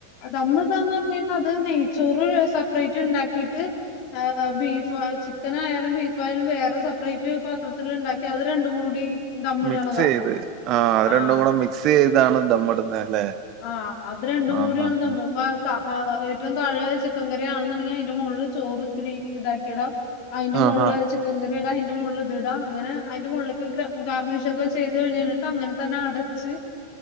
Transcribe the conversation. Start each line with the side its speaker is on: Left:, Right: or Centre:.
Left: ദമ്മ് ഇടാന്ന് പറഞ്ഞ് കഴിഞ്ഞാൽ അത് നെയ്ച്ചോറ് സെപ്പറേറ്റ് ഉണ്ടാക്കിട്ട് ആ ബീഫ് ചിക്കൻ ആയാലും ബീഫായാലും വേറെ സെപ്പറേറ്റ് പാത്രത്തിൽ ഉണ്ടാക്കി അത് രണ്ടും കൂടി ദമ്മിടണതാ
Right: മിക്സ് ചെയ്ത് ആ അത്
Left: ആഹ്
Right: രണ്ടും കൂടെ മിക്സ് ചെയ്താണ് ദമ്മിടുന്നത് അല്ലേ
Left: ആഹ് അത് രണ്ടും
Right: ആ
Left: കൂടിയാണ്
Right: ആ
Left: ദമ്മ്
Right: ആ
Left: ഇടുന്നത് ഇപ്പ ഏറ്റവും താഴെ ചിക്കൻ കറി ആണെന്നുണ്ടെങ്കിൽ അതിന്റെ മുകളിൽ ചോറിത്തിരി ഇതാക്കിടാ അതിന്റെ
Right: ആ
Left: മോളില്
Right: ആ
Left: ചിക്കങ്കറി ഇടാ അതിന്റെ മുകളിൽ ഇത് ഇടാ അങ്ങനെ അതിന്റെ മുകൾക്ക് ഗാർവിശൊക്കെ ചെയ്ത് കഴിഞ്ഞിട്ട് അങ്ങനെ തന്നെ അടച്ച്